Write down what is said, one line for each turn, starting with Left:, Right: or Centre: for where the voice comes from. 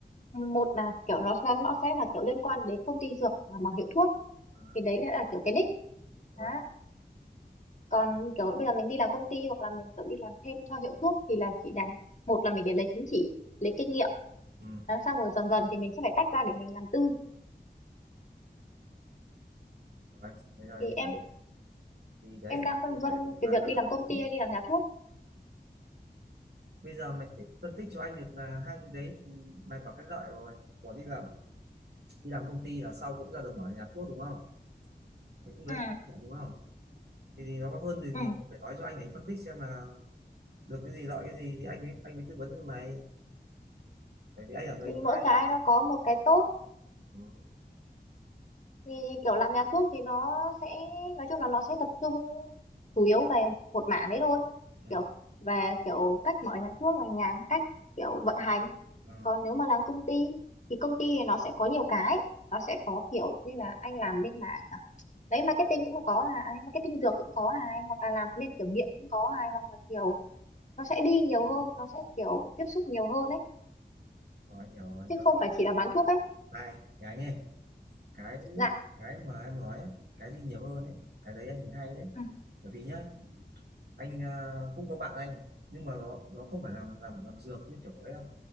Left: một là kiểu nó nó nó sẽ là kiểu liên quan đến công ty dược hoặc là mở hiệu thuốc
Right: đó,
Left: thì đấy là kiểu cái đích
Right: rồi
Left: đó. còn kiểu bây giờ mình đi làm công ty hoặc là mình kiểu đi làm thêm cho hiệu thuốc thì là chỉ đàn một là mình để lấy chứng chỉ lấy kinh nghiệm
Right: ừ.
Left: đó, xong rồi dần dần thì mình sẽ phải tách ra để mình làm tư
Right: rồi thế rồi
Left: thì
Right: anh hiểu
Left: em
Right: thì đấy
Left: em đang
Right: là
Left: phân
Right: cái
Left: vân
Right: lợi là,
Left: cái việc
Right: là,
Left: đi làm
Right: là
Left: công
Right: lớn
Left: ty hay đi làm nhà thuốc
Right: bây giờ mày phải phân tích cho anh được là hai cái đấy thì mày bảo cái lợi của, của đi làm đi làm công ty là sau cũng ra được mở nhà thuốc đúng không mày cũng lấy
Left: ừ
Right: được lợi đúng không thì, thì nó có hơn gì
Left: ừ
Right: gì phải nói cho anh để anh phân tích xem là được cái gì lợi cái gì thì anh mới anh mới tư vấn cho mày bởi vì anh ở người
Left: thì
Right: ngoài
Left: mỗi cái nó có một cái tốt
Right: ừ.
Left: thì kiểu làm nhà thuốc thì nó sẽ nói chung là nó sẽ tập trung chủ yếu về một mảng đấy thôi
Right: Ừ.
Left: kiểu về kiểu cách mở nhà thuốc là nhà cách kiểu vận hành
Right: Ừ.
Left: còn nếu mà làm công ty thì công ty thì nó sẽ có nhiều cái nó sẽ có kiểu như là anh làm bên mảng à, đấy marketing cũng có này marketing dược cũng có này hoặc là làm bên kiểm nghiệm cũng có này hoặc là kiểu nó sẽ đi nhiều hơn nó sẽ kiểu tiếp xúc nhiều hơn ấy
Right: Rồi rồi
Left: chứ
Right: và
Left: không phải chỉ là bán thuốc ấy
Right: này gái nghe cái
Left: dạ
Right: cái mà em nói ấy, cái gì nhiều hơn ấy cái đấy anh thấy hay đấy
Left: ừ,
Right: bởi vì nhá anh ờ, cũng có bạn anh nhưng mà nó nó không phải làm làm làm dược như kiểu của em